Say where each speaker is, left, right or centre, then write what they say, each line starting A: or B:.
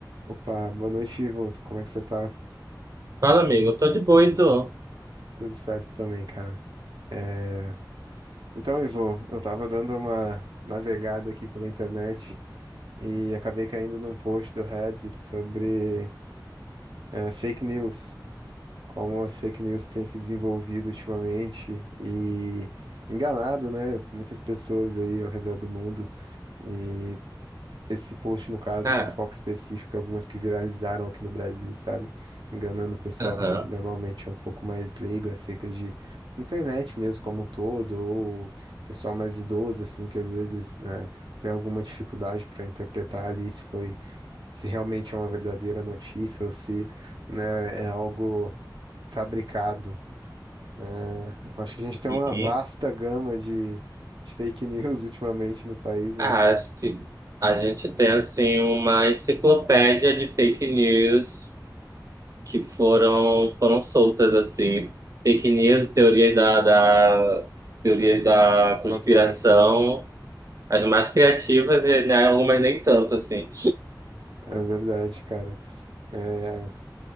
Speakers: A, on the right (about 85°); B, on the right (about 45°).
A: Opa, boa noite, Ivo. Como é que você tá?
B: Fala, amigo, eu tô de boa, e tu?
A: Tudo certo também, cara. É, Então, Ivo, eu tava dando uma navegada aqui pela internet e acabei caindo num post do Reddit sobre é, fake news, como as fake news têm se desenvolvido ultimamente e enganado, né? Muitas pessoas aí ao redor do mundo. E Esse post, no caso,
B: Cara,
A: tinha um foco específico, algumas que viralizaram aqui no Brasil, sabe? Enganando o pessoal
B: aham.
A: que normalmente é um pouco mais leigo acerca de internet mesmo como um todo, ou pessoal mais idoso, assim, que às vezes, né, tem alguma dificuldade para interpretar ali se foi, se realmente é uma verdadeira notícia ou se, né, é algo fabricado. É, eu acho que a gente tem
B: E
A: uma vasta gama de, de fake news <laughs> ultimamente no país, né,
B: ah,
A: cara?
B: acho que a gente tem assim uma enciclopédia de fake news que foram foram soltas assim, fake news, teorias da, da teorias
A: Da
B: da conspiração,
A: conspiração, né?
B: as mais criativas e né, algumas nem tanto assim.
A: É verdade, cara. É,